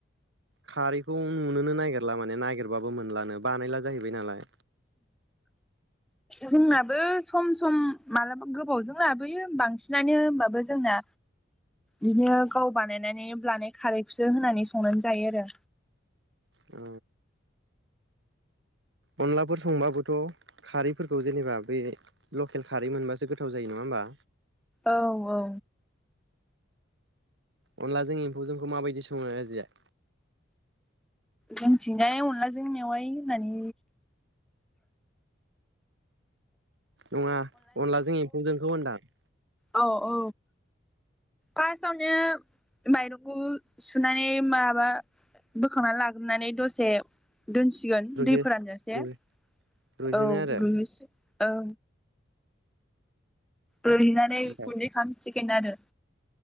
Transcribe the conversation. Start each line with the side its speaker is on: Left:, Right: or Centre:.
Right: खारैखौ नुनोनो नागिरला माने नागिरबाबो मोनलानो बानायला जाहैबाय नालाय।
Centre: जोंनाबो सम सम मालाबा गोबावजों लाबोयो बांसिनानो होमबाबो जोंना बिदिनो गाव बानायनानै लानाय खारैसो होननानै संनानै जायो आरो।
Right: औ अनलाफोर संबाबोथ' खारैफोरखौ जेनेबा बे लकेल खारै मोनबासो गोथाव जायो नङा होमबा?
Centre: औ औ
Right: अनलाजों एम्फौ जोंखौ माबायदि सङो आजिया
Centre: जोंथिंजाय अनलाजों मेवाय होननानै
Right: नङा अनलाजों एम्फौजोंखौ होनदां
Centre: औ औ फार्स्टआवनो माइरंखौ सुनानै माबा बोखांनानै लाग्रोनानै दसे दोनसिगोन
Right: रुइहो
Centre: दैफोरानोसे
Right: रुइ
Centre: औ
Right: रुइहोनो आरो
Centre: रुहनोसै औ रुयहोना
Right: ओमफ्राय
Centre: गुन्दै खालामसिगोन। खएनआदओ।